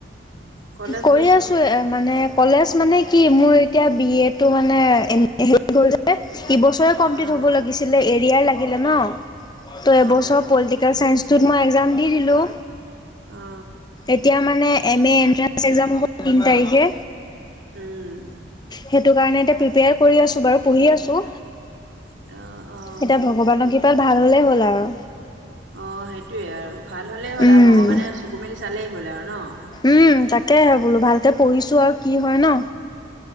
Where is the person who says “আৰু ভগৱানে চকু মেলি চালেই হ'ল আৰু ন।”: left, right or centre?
Right